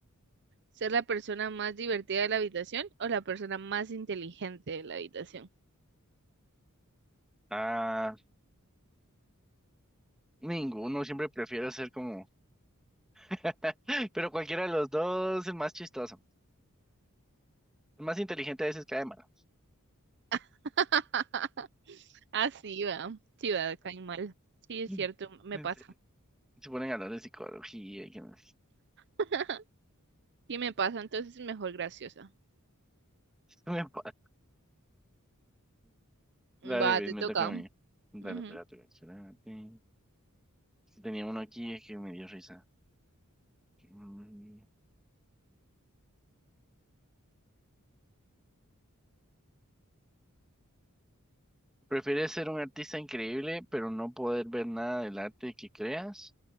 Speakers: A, on the right; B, in the centre.
A: ser la persona más divertida de la habitación o la persona más inteligente de la habitación?
B: Ah, ninguno, siempre prefiero ser como. <laughs> Pero cualquiera de los dos es más chistoso. El más inteligente a veces cae mal.
A: <laughs> Así va, sí va, caen mal. Sí, es
B: <laughs>
A: cierto, me pasa.
B: Sí, Se ponen a hablar de psicología y que no sé.
A: <laughs> Sí me pasa, entonces mejor graciosa.
B: <laughs> Me pa- Dale,
A: Va,
B: güey,
A: te
B: me
A: toca.
B: toca a mí. Dale,
A: Ujú.
B: espérate, güey, espérate. Sí, Tenía uno aquí es que me dio risa. Mm, ¿Prefieres ser un artista increíble pero no poder ver nada del arte que creas?